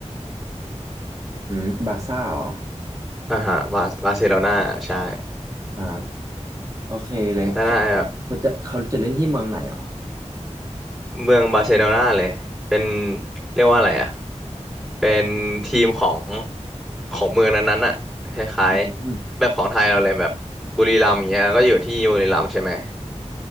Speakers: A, on the right (about 30°); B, in the centre.
A: อืมบาซ่าเหรอ
B: อ่าฮะบาบาร์เซโลนาใช่
A: อ่าโอเคเลยเขา
B: แล้วน่าแบบ
A: เขาจะเขาจะเล่นที่เมืองไหนเหรอ
B: เมืองบาร์เซโลนาเลยเป็นเรียกว่าอะไรอ่ะเป็นทีมของของเมืองนั้นๆอ่ะคล้ายๆแบบของไทยเราเลยแบบบุรีรัมย์อย่างเงี้ยก็อยู่ที่บุรีรัมย์ใช่ไหม
A: อืม